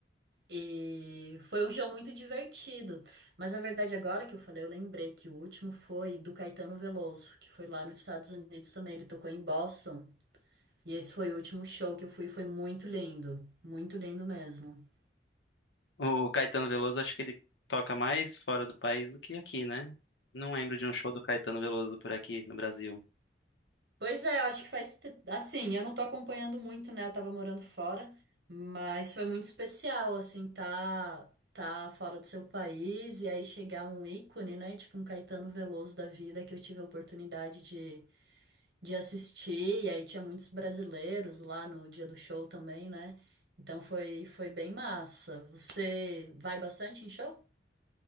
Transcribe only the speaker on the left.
O Caetano Veloso, acho que ele toca mais fora do país do que aqui, né? Não lembro de um show do Caetano Veloso por aqui no Brasil.